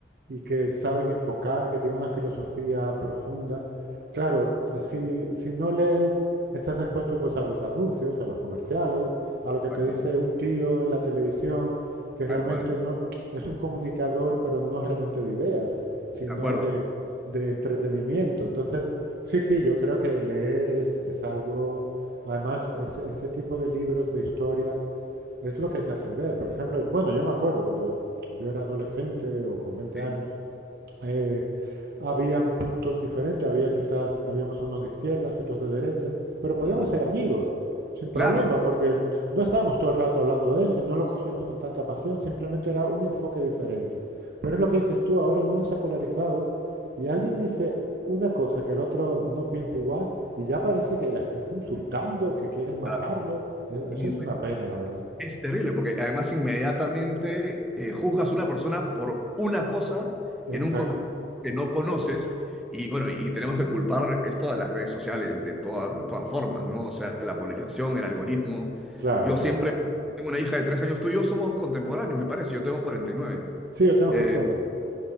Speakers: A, on the right; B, in the centre.
A: y que saben enfocar, que tienen una filosofía profunda. Claro, eh, si, si no lees, estás expuesto pues a los anuncios, a los comerciales, a lo que
B: exacto,
A: te dice un tío en la televisión, que realmente
B: tal cual,
A: no es un comunicador, pero no realmente de ideas, sino
B: de acuerdo.
A: de, de entretenimiento. Entonces, sí, sí, yo creo que leer es, es algo, además, es- ese tipo de libros de historia es lo que te hacen ver. Por ejemplo, bueno, yo me acuerdo cuando yo era adolescente o con 20
B: sí,
A: años, eh, habían puntos diferentes, había quizás, habíamos unos de izquierdas y otros de derechas, pero podíamos
B: ajá,
A: ser amigos sin problema,
B: Claro.
A: porque no estábamos todo el rato hablando de eso y no lo cogíamos con tanta pasión, simplemente era un enfoque diferente. Pero es lo que dices tú, ahora el mundo se ha polarizado y alguien dice una cosa que el otro no piensa igual y ya parece que la estás insultando, que quieres matarlo.
B: claro.
A: E-
B: Y
A: Eso es una pena, la verdad.
B: es terrible porque además inmediatamente eh, juzgas a una persona por una cosa
A: Exacto.
B: en un que no conoces. Y bueno, y tenemos que culpar esto a las redes sociales de todas, de todas formas, ¿no? O sea, la polarización, el algoritmo.
A: Claro,
B: Yo
A: claro.
B: siempre tengo una hija de tres años, tú y yo somos contemporáneos, me parece, yo tengo 49.
A: Sí, lo tenemos
B: Eh,
A: en cuenta.